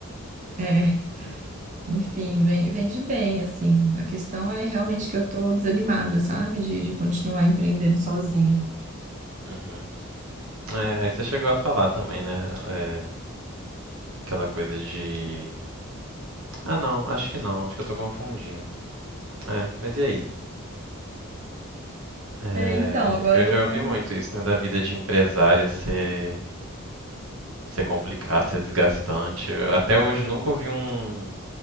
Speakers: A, on the right (about 35°); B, on the right (about 85°).
A: É, enfim, vem- vende bem, assim. A questão é realmente que eu tô desanimada, sabe, de, de continuar empreendendo sozinho.
B: Uhum. É, aí você chegou a falar também, né? É, aquela coisa de Ah, não, acho que não, acho que eu tô confundindo. É, mas e aí? É,
A: É, então, agora
B: eu
A: eu
B: já
A: vou.
B: ouvi muito isso, né, da vida de empresária ser, ser complicado, ser desgastante. Eu até hoje nunca ouvi um,